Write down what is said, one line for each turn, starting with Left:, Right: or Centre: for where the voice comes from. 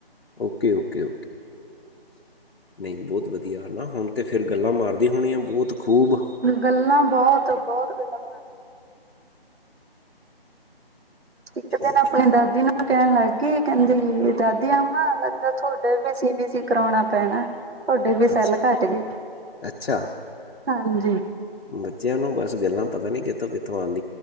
Left: ਓਕੇ ਓਕੇ, ਨਹੀਂ ਬਹੁਤ ਵਧੀਆ ਹਨਾ ਹੁਣ ਤੇ ਫਿਰ ਗੱਲਾਂ ਮਾਰਦੀਆਂ ਹੋਣੀਆਂ ਬਹੁਤ ਖੂਬ।
Right: ਗੱਲਾਂ ਬਹੁਤ ਬਹੁਤ ਗੱਲਾਂ ਬਾਤ ਇੱਕ
Left: ਠੀਕ
Right: ਦਿਨ ਆਪਣੀ
Left: ਹੈ
Right: ਦਾਦੀ ਨੂੰ ਕਹਿਣ ਲੱਗ ਗਈ ਕਹਿੰਦੀ ਦਾਦੀ ਮਾਂ ਲੱਗਦਾ ਤੁਹਾਡੇ ਵੀ ਸੀਬੀ ਕਰਾਉਣਾ ਪੈਣਾ ਤੁਹਾਡੇ ਵੀ ਸੈੱਲ
Left: ਅੱਛਾ
Right: ਘੱਟ ਗਏ।
Left: ਅੱਛਾ
Right: ਹਾਂਜੀ,
Left: ਬੱਚਿਆਂ ਨੂੰ ਬਸ ਗੱਲਾਂ ਪਤਾ ਨੀ ਕਿੱਥੋਂ ਕਿੱਥੋਂ ਆਉਂਦੀ